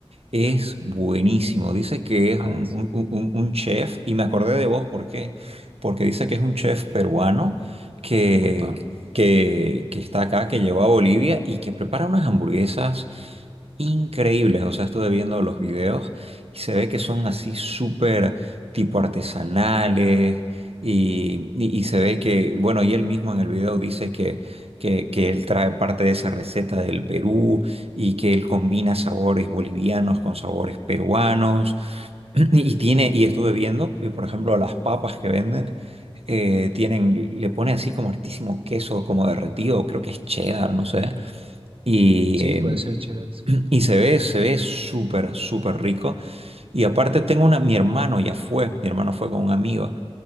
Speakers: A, on the right; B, on the right.
A: es buenísimo. Dice que es
B: Ah,
A: un,
B: sí.
A: un- un- un chef y me acordé de vos, ¿por qué? Porque dice que es un chef peruano que,
B: Opa.
A: que, que está acá, que llegó a Bolivia y que prepara unas hamburguesas. increíbles. O sea, estuve viendo los videos y se ve que son así súper tipo artesanales y, y- y se ve que, bueno, y él mismo en el video dice que, que, que él trae parte de esa receta del Perú y que él combina sabores bolivianos con sabores peruanos <clears throat> y tiene, y estuve viendo, y por ejemplo, las papas que venden. eh, tienen, le pone así como hartísimo queso como derretido, creo que es cheddar, no sé. Y,
B: Sí,
A: em,
B: puede ser cheddar, sí.
A: <clears throat> Y se ve, se ve súper, súper rico. Y aparte tengo una, mi hermano ya fue, mi hermano fue con un amigo